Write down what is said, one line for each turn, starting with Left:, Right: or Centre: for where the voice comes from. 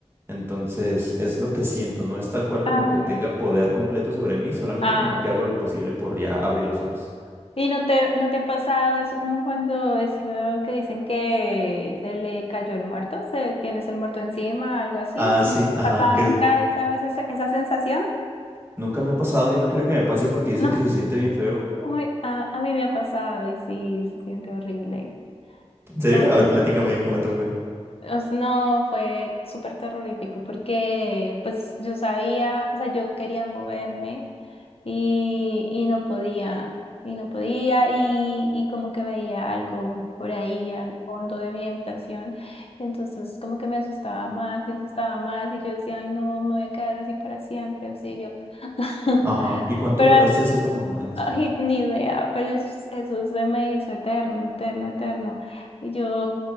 Right: Entonces, es lo que siento, no es tal cual como
Left: Ay,
Right: que tenga poder completo sobre mí, solamente
Left: ah,
Right: como que
Left: ok.
Right: hago lo posible por ya abrir los ojos.
Left: ¿Y no te, no te ha pasado eso como cuando eso que dicen que se le cayó el muerto, se tienes el muerto encima, algo así?
Right: Ah, sí,
Left: ¿No te ha
Right: ajá,
Left: pasado
Right: que
Left: nunca
Right: es-
Left: esa, esa, esa sensación?
Right: nunca me ha pasado y no quiero que me pase porque dicen
Left: No,
Right: que se siente bien feo.
Left: Uy, a, a mí me ha pasado y sí, se siente horrible.
Right: ¿En serio?
Left: o
Right: A
Left: sea
Right: ver, platícame cómo te fue.
Left: Os- No, fue súper terrorífico porque pues yo sabía, o sea, yo quería moverme y, y no podía, y no podía, y, y como que veía algo por ahí al fondo de mi habitación, y entonces como que me asustaba más, me asustaba más, y yo decía, ay no, me voy a quedar así para siempre, auxilio. <laughs>
Right: Ajá, ¿y cuánto
Left: Pero
Right: duraste
Left: al
Right: así como en eso?
Left: Ay, ni idea, pero es- eso se me hizo eterno, eterno, eterno. Y Yo,